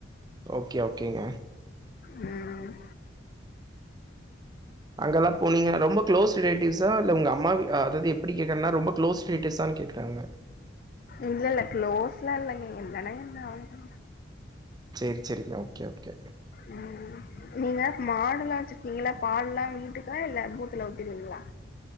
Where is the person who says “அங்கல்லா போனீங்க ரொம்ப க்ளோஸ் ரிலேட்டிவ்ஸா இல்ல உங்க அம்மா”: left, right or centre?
Right